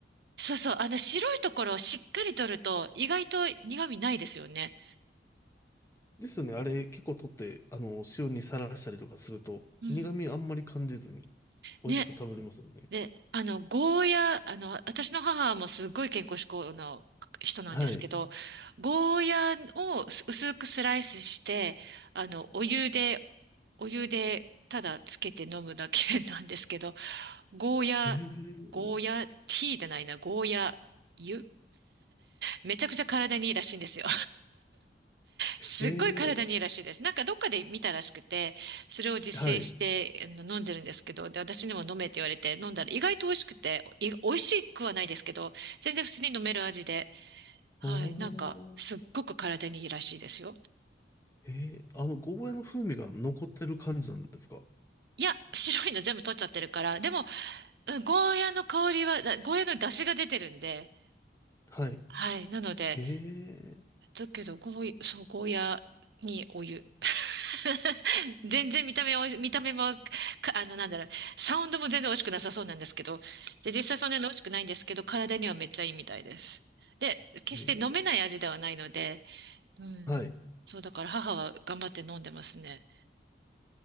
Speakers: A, on the right; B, on the left.
A: そうそう。あの、白いところをしっかり取ると、意外と苦味ないですよね。
B: ですよね。あれ結構取って、あの、塩にさらしたりとかすると、
A: うん。
B: 苦味あんまり感じずに、美味しく食べれますよね。
A: ね。で、あの、ゴーヤ、あの、私の母もすごい健康志向の人なんですけど、
B: はい。
A: ゴーヤをす薄くスライスして、あの、お湯で、お湯でただつけて飲むだけなんですけど、ゴーヤ、
B: へえ、
A: ゴーヤ、ティーじゃないな、ゴーヤ湯めちゃくちゃ体にいいらしいんですよ。すっごい体にいいらしいです。
B: へ
A: なんかどっかで見たらしくて、それを実践してあの飲んでるんですけど、
B: え、はい。
A: で、私にも飲めって言われて飲んだら意外と美味しくて、い美味しくはないですけど、全然普通に飲める味で、はい、
B: お
A: なんかすっごく体にいいらしいですよ。
B: ー、へえ、あの、ゴーヤの風味が残ってる感じなんですか
A: いや、白いの全部取っちゃってるから、でも、うんゴーヤの香りは、だゴーヤの出汁が出てるんで、
B: はい。
A: はい、なので、
B: へえ、
A: だけど、ゴー、そう、ゴーヤにお湯。<laughs> 全然見た目は、見た目も、かあの、なんだろう、サウンドも全然美味しくなさそうなんですけど、で、実際そんなに美味しくないんですけど、体にはめっちゃいいみたいです。で、決して飲めない味ではないので、
B: へえ、
A: うん。
B: はい。
A: そう、だから母は頑張って飲んでますね。